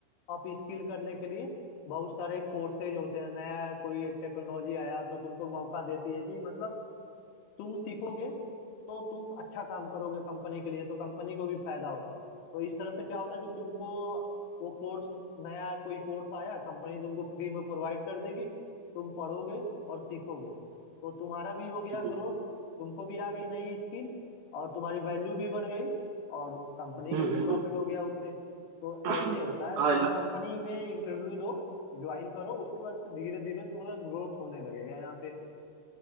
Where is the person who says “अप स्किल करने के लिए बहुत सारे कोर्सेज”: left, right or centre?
Left